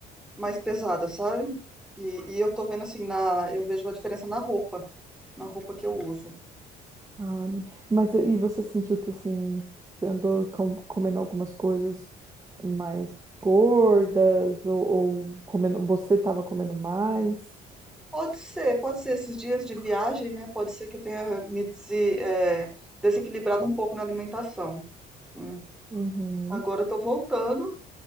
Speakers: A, in the centre; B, on the right (about 20°).
A: mais pesada, sabe? E, e eu tô vendo assim, na, eu vejo a diferença na roupa. na roupa que eu uso.
B: Ah, mas e você sentiu que assim, você andou com- comendo algumas coisas mais gordas ou, ou comendo, você estava comendo mais?
A: Pode ser, pode ser esses dias de viagem, né? Pode ser que eu tenha me dese- eh, desequilibrado um pouco na alimentação. né.
B: Uhum.
A: Agora eu tô voltando